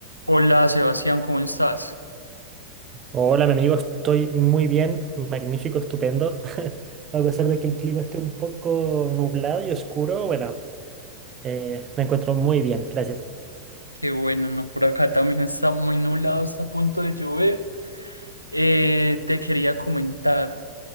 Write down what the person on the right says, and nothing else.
Hola, mi amigo, estoy muy bien, magnífico, estupendo. <laughs> A pesar de que el clima esté un poco nublado y oscuro, bueno, eh, me encuentro muy bien, gracias.